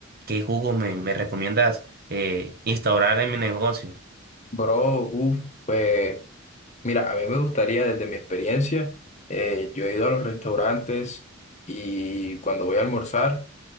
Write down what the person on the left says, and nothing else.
Bro, uff, pues mira, a mí me gustaría desde mi experiencia, eh, yo he ido a los restaurantes y cuando voy a almorzar,